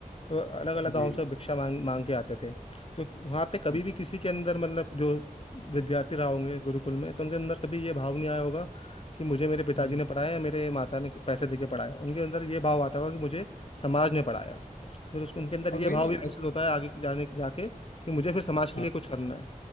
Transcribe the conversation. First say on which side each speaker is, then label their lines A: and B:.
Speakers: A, on the left; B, on the left.
A: तो अलग अलग गांव
B: जी
A: से भिक्षा मांग मांग के आते थे तो वहाँ पे कभी
B: हम्म,
A: भी किसी के अंदर मतलब जो विद्यार्थी रहा होंगे गुरुकुल में तो उनके अंदर कभी ये भाव नहीं आया होगा कि मुझे मेरे पिताजी
B: हम्म।
A: ने पढ़ाया या मेरे माता ने पैसे दे के पढ़ाया उनके अंदर ये भाव आता होगा कि मुझे समाज ने पढ़ाया तो फिर उसको उनके अंदर
B: और
A: ये
B: वही
A: भाव
B: ना
A: भी विकसित
B: बस
A: होता है आगे जाने जाके कि मुझे फिर समाज के
B: हाँ
A: लिए कुछ करना है